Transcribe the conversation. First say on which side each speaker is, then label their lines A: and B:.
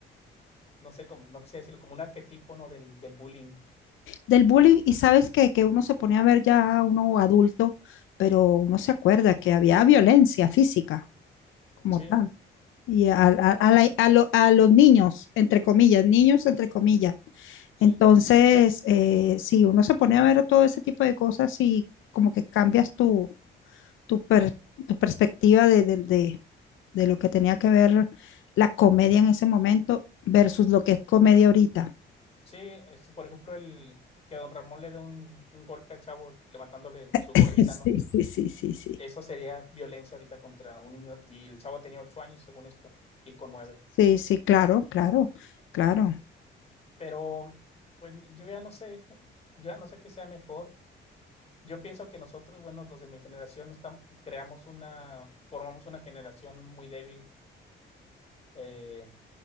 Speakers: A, on the left (about 30°); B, on the left (about 80°).
A: no sé, como, no quisiera decirlo, como un arquetipo, ¿no? Del, del bullying.
B: Del bullying, y sabes que, que uno se pone a ver ya uno adulto, pero uno se acuerda que había violencia física como
A: Sí,
B: tal. Y a, a- a la- a lo- a los niños, entre comillas, niños, entre comillas.
A: sí,
B: Entonces, eh, si uno se pone a ver todo ese tipo de cosas y como que cambias tu, tu, per- tu perspectiva de, de, de, de lo que tenía que ver la comedia en ese momento versus lo que es comedia ahorita. <laughs>
A: sí. Este, por ejemplo, el que a don Ramón le dé un, un golpe al chavo levantándole su gorrita,
B: Sí,
A: ¿no?
B: sí, sí, sí, sí.
A: Eso sería violencia ahorita contra un niño. Y el chavo tenía ocho años, según esto, y con nueve.
B: Sí, sí, claro, claro, claro.
A: Eh, Pero, bueno, yo ya no sé, yo ya no sé qué sea mejor. Yo pienso que nosotros, bueno, los de mi generación, estamos, creamos una, formamos una generación muy débil. Eh,